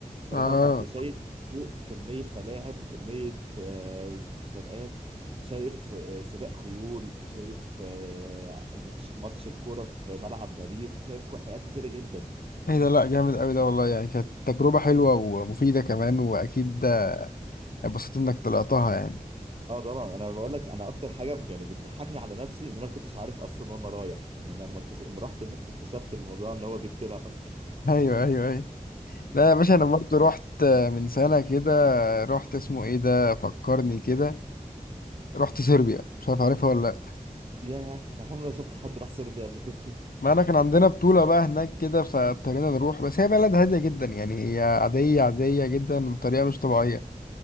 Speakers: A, on the right (about 40°); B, on the left (about 85°).
A: فأنا
B: اه
A: بقى كنت شايف فوق كمية ملاعب وكمية آه، مسابقات شايف آه، سباق خيول وشايف آه، ماتش ماتش الكورة في ملعب باريس وشايف كو- حاجات كتيرة جدا
B: ايه ده لا جامد قوي ده والله يعني كانت تجربه حلوه ومفيده كمان واكيد اتبسطت انك طلعتها يعني
A: اه طبعا انا بقول لك انا اكتر حاجه يعني بتضحكني على نفسي ان انا ما كنتش عارف اصلا وانا رايح يعني انا لما اكتش- لما رحت هناك اكتشفت الموضوع ان هو بيتطلع اصلا
B: ايوه ايوه ايوه لا يا باشا انا برضه رحت من سنه كده رحت اسمه ايه ده فكرني كده رحت صربيا مش عارف عارفها ولا لا
A: ياه انا عمري ما شفت حد راح صربيا قبل كده
B: ما انا كان عندنا بطولة بقى هناك كده فاضطرينا نروح بس هي بلد هادية جدا يعني هي عادية عادية جدا بطريقة مش طبيعية